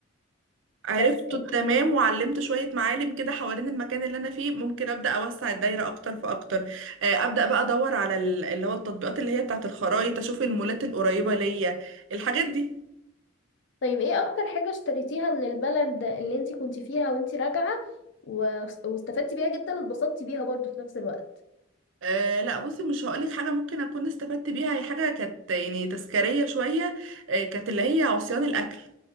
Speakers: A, on the right (about 70°); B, on the left (about 60°).
A: عرفته
B: بس
A: تمام وعلمت شوية معالم كده حوالين المكان اللي أنا فيه ممكن أبدأ أوسع الدايرة أكتر فأكتر آه، أبدأ بقى أدور على ال- اللي هو التطبيقات اللي هي بتاعة الخرايط أشوف المولات القريبة ليا الحاجات دي
B: طيب ايه اكتر حاجة اشتريتيها من البلد اللي انتي كنتي فيها وانتي راجعة و... واستفدتي بيها جدا واتبسطتي بيها برضو في نفس الوقت
A: أه لا بصي مش هقولك حاجة ممكن أكون استفدت بيها هي حاجة كانت يعني تذكارية شوية أه كانت اللي هي عصيان الأكل